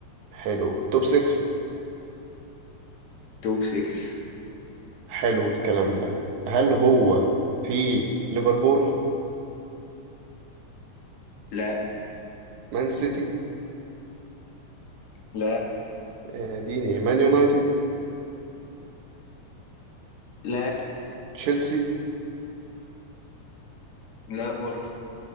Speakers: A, on the right (about 80°); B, on the left (about 65°).
A: حلو توب 6
B: توب 6
A: حلو الكلام ده هل هو في ليفربول
B: لا
A: مان سيتي
B: لا
A: آه، ديني مان يونايتد
B: لا
A: تشيلسي
B: لا برضه